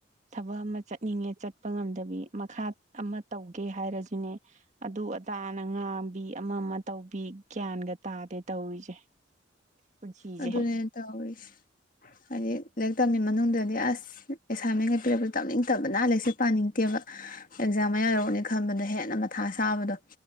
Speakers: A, on the right (about 35°); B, on the left (about 45°).
A: ꯊꯕꯛ ꯑꯃ ꯆꯠꯅꯤꯡꯉꯦ ꯆꯠꯄ ꯉꯝꯗꯕꯤ ꯃꯈꯥ ꯑꯃ ꯇꯧꯒꯦ ꯍꯥꯏꯔꯁꯨꯅꯦ ꯑꯗꯨ ꯑꯗꯥꯅ ꯉꯥꯡꯕꯤ ꯑꯃ ꯑꯃ ꯇꯧꯕꯤ ꯒ꯭ꯌꯥꯟꯒ ꯇꯥꯗꯦ ꯇꯧꯔꯤꯁꯦ ꯄꯨꯟꯁꯤꯁꯦ
B: ꯑꯗꯨꯅꯦ ꯇꯧꯔꯤꯖꯦ ꯍꯥꯏꯗꯤ ꯂꯥꯏꯔꯤꯛ ꯇꯝꯃꯤ ꯃꯅꯨꯡꯗꯗꯤ ꯑꯁ ꯑꯦꯁꯥꯏꯟꯃꯦꯟꯒꯩ ꯄꯤꯔꯛꯄꯗ ꯇꯝꯅꯤꯡꯗꯕꯅ ꯂꯥꯏꯔꯤꯛꯁꯦ ꯄꯥꯅꯤꯡꯗꯦꯕ ꯑꯦꯛꯖꯥꯝ ꯑꯃ ꯌꯥꯔꯧꯅꯤ ꯈꯟꯕꯗꯣ ꯍꯦꯟꯅ ꯃꯊꯥ ꯁꯥꯥꯕꯗꯣ